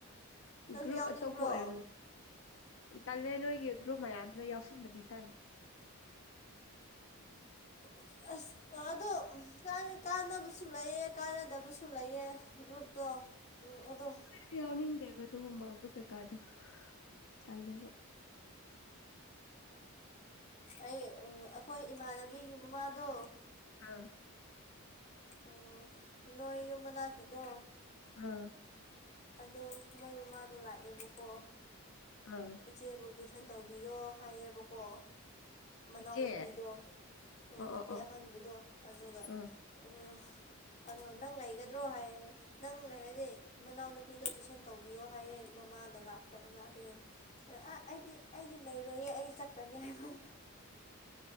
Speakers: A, on the left; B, on the left.
A: ꯅꯪꯁꯨ
B: ꯒ꯭ꯔꯨꯞ
A: ꯌꯥꯎꯅꯤꯡꯕ꯭ꯔꯣ
B: ꯑꯇꯣꯞꯄ ꯑꯣꯏꯔꯝꯒ ꯇꯜꯂꯦ ꯅꯣꯏꯒꯤ ꯒ꯭ꯔꯨꯞ ꯃꯌꯥꯝꯗꯨꯗ ꯌꯥꯎꯁꯤꯟꯕꯗꯤ ꯇꯜꯂꯦ
A: <unintelligible> ꯑꯁ ꯑꯥꯗꯣ ꯎꯝ ꯀꯥꯟꯗꯤ ꯀꯥꯟꯅꯕꯁꯨ ꯂꯩꯌꯦ ꯀꯥꯟꯅꯗꯕꯁꯨ ꯂꯩꯌꯦ ꯒ꯭ꯔꯨꯞ ꯇꯣ ꯎꯝ ꯑꯗꯣ
B: ꯑꯩ ꯌꯥꯎꯅꯤꯡꯗꯦꯕ ꯑꯗꯨꯒꯨꯝꯕ ꯒ꯭ꯔꯨꯞ ꯀꯩꯀꯥꯗꯣ ꯇꯜꯂꯦꯕ
A: ꯑꯩ ꯎꯝ ꯑꯈꯣꯏ ꯏꯃꯥꯟꯅꯕꯤꯒꯤ ꯃꯃꯥꯗꯣ
B: ꯑꯥ
A: ꯎꯝ ꯅꯣꯏ ꯌꯨ ꯃꯅꯥꯛꯀꯤꯗꯣ
B: ꯑꯥ
A: ꯑꯗꯣ ꯃꯣꯏ ꯃꯃꯥꯗꯣ ꯂꯥꯛꯑꯦꯕꯀꯣ
B: ꯑꯥ
A: ꯏꯆꯦꯕꯨ ꯇꯨꯏꯁꯟ ꯇꯧꯕꯤꯌꯣ ꯍꯥꯏꯌꯦꯕꯀꯣ ꯃꯅꯥꯎꯅꯨꯄꯤꯗꯣ
B: ꯏꯆꯦ
A: ꯑ
B: ꯑꯣ
A: ꯏꯆꯦ
B: ꯑꯣ ꯑꯣ
A: ꯑꯍꯟꯕꯗꯣ ꯑꯗꯨꯒ
B: ꯑꯥ
A: ꯑ ꯑꯗꯣ ꯅꯪ ꯂꯩꯒꯗ꯭ꯔꯣ ꯍꯥꯏꯌꯦ ꯅꯪ ꯂꯩꯔꯗꯤ ꯃꯅꯥꯎꯅꯨꯄꯤꯗꯣ ꯇꯨꯏꯁꯟ ꯇꯧꯕꯤꯌꯣ ꯍꯥꯏꯌꯦ ꯃꯃꯥꯅ ꯂꯥꯛꯄ ꯉꯥꯛꯑꯦ ꯑ ꯑ ꯑꯩꯗꯤ ꯑꯩꯗꯤ ꯂꯩꯔꯣꯏꯌꯦ ꯑꯩ ꯆꯠꯈ꯭ꯔꯅꯤ ꯍꯥꯏꯕ